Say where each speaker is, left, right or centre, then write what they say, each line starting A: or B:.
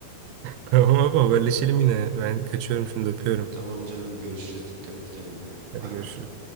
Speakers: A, on the right; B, on the right.
A: Tamam abi haberleşelim yine. Ben kaçıyorum şimdi öpüyorum.
B: Tamam canım, görüşürüz. Dikkat et kendine.
A: Hadi
B: Bay
A: görüşürüz.
B: bay.